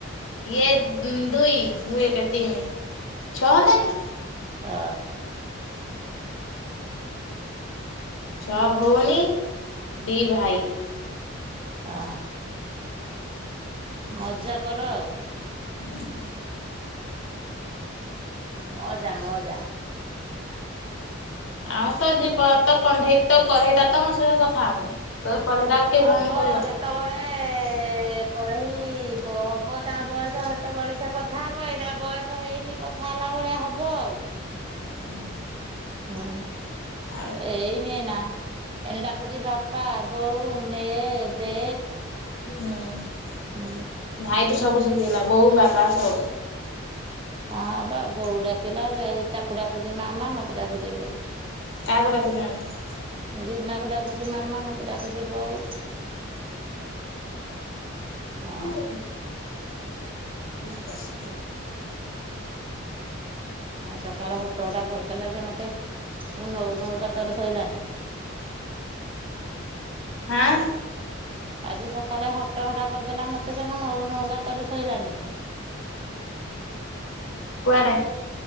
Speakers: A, on the left; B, on the right.
A: ଇଏ ଉଁମ ଦୁଇ ମୁ ଗୋଟେ ତିନି ଛଅ ନାଇଁ
B: ଅ
A: ଛଅ ଭଉଣୀ, ଦି ଭାଇ।
B: ଆ ମଜା କର।
A: ହୁଁ
B: ମଜା ମଜା।
A: ଆଉ ତ ଯେ କଟ କଣ୍ଢେଇ ତ କଢେଇ ତ ମୋ ସହିତ କଥା ହଉନି। ତ କଢେଇଟା ଆଉ କିଏ
B: ହବ
A: ଭଉଣୀ କରିବ
B: ଯେତେବେଳେ ଏ କଢେଇ ବ ହବ ତା ବୟସ ହେତେବେଳେ ସେ କଥା ହେବ ଏଇ ତା ବୟସ ହେଇନି କ ଥା ହେଲାବଳେ ହେବ ଆଉ।
A: ହୁଁ ହୁଁ
B: ହୁଁ।
A: ଆଉ ହୁଁ
B: ଏଇନି ନା ଏନ ଡାକୁଛି ବାପା, ବୋଉ ନେ ଦେ
A: ହୁଁ
B: ହୁଁ
A: ଭାଇ ତ ସବୁ ଶିଖେଇଲା ବୋଉ, ବାପା ସବୁ
B: ହଁ ବା ବୋଉ ଡାକିଲା ଏଇ ତାକୁ ଡାକୁଛି ମାମା ମତେ ଡାକୁଛି ବୋଉ।
A: କାହାକୁ ଡାକୁଛି ମାମା?
B: ରିମାକୁ ଡାକୁଛି ମାମା ମତେ ଡାକୁଛି ବୋଉ। ହଁ
A: ହୁଁ ନିକାାଶ
B: ଆଉ ସକାଳ ହୋଟ ହଟା କରିଦେଲା ଯେ ମୋତେ, ମୁଁ ନଉ ନୌକାତରେ ସୋଇଲାଣି।
A: ହାଁ
B: ଆଜି ସକାଳେ ହଟ ହଟା କରିଦେଲା ମତେ ଯେ ମୋ ମୋ ପାଖରେ ଶୋଇଲାନି।
A: କୁଆଡେ